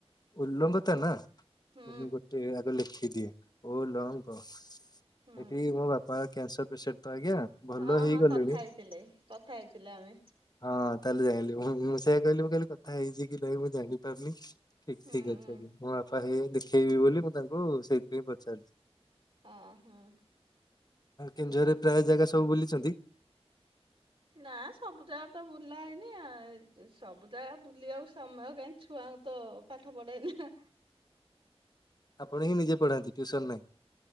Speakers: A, on the left; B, on the right.
A: ଉଲଙ୍ଗତା ନା।
B: ହୁଁ
A: ମୁଁ ଗୋଟେ ଆଗ ଲେଖିଦିଏ ଓ ଲହ କହ ସେଠି
B: ହୁଁ
A: ମୋ ବାପା କ୍ୟାସର ପେସଣ୍ଟ ତ ଆଜ୍ଞା ଭଲ
B: ହଁ
A: ହେଇଗଲେଣି
B: ହଁ କଥା ହେଇଥିଲେ କଥା ହେଇଥିଲେ ଆମେ
A: ହଁ ତାହେଲେ ଯାଣିଲି ହଁ ମୁଁ ସେୟା କହିଲି ମୁଁ କାିଲଲି କଥା ହେଇଛି କି ଲ ମୁଁ ଜାଣିପାରୁନି ଠିକ
B: ହୁଁ
A: ଠିକ୍ ଅଛି
B: ହଁ
A: ଆଜ୍ଞା ମୋ ବାପା ହେଇ ଦେଖେଇବି ବୋଲି ମୁଁ ତାଙ୍କୁ ସେଇଥିପାଇଁ ପଚାରିଛି।
B: ହଁ ହଁ।
A: କେଉଁଝରେ ପ୍ରାୟ ଜାଗା ସବୁ ବୁଲିଛନ୍ତି?
B: ନା ସବୁ ଜାଗା ତ ବୁଲା ହେଇନି ସବୁ ଜାଗା ବୁଲିବାକୁ ସମୟ କାହିଁ? ଛୁଆଙ୍କୁ ତ ପାଠ ପଢାଏନା।
A: ଆପଣ ହିଁ ନିଜେ ପଢାନ୍ତି? ଟ୍ୟୁସନ ନାହିଁ